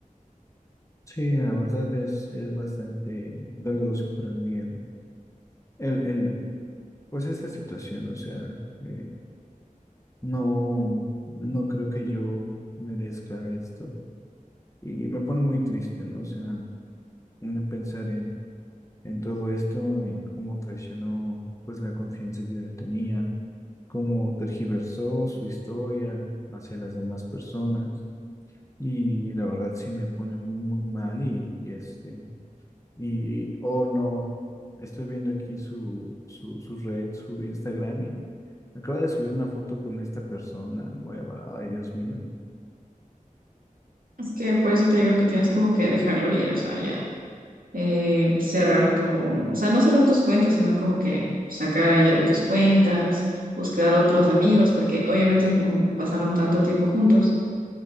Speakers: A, on the left; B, on the right.
A: Sí, la verdad es, es bastante doloroso para mí el, el, el- pues esta situación, o sea, eh, no, no creo que yo merezca esto y me pone muy triste, ¿no? O sea, en pensar en, en todo esto, en cómo traicionó pues la confianza que yo le tenía, cómo tergiversó su historia hacia las demás personas. Y la verdad sí me pone muy, muy mal y, y este, y, oh no, estoy viendo aquí su, su, su red, su Instagram y acaba de subir una foto con esta persona nueva, ay Dios mío.
B: Es que por eso te digo que tienes como que dejarlo ir, o sea, ya. eh, cerrar tu, o sea, no cerrar tus cuentas, sino como que sacar a ella de tus cuentas, buscar otros amigos, porque obviamente como pasaron tanto tiempo juntos,